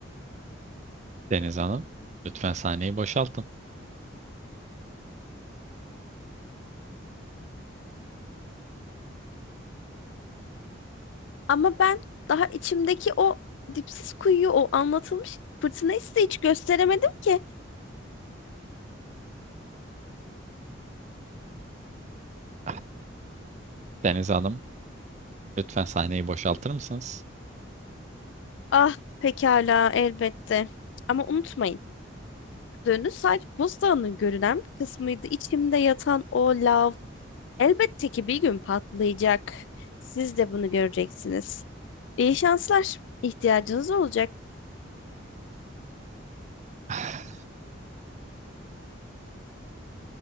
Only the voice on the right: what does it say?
Deniz Hanım, lütfen sahneyi boşaltın.
Ah, Deniz Hanım, lütfen sahneyi boşaltır mısınız?
Ah,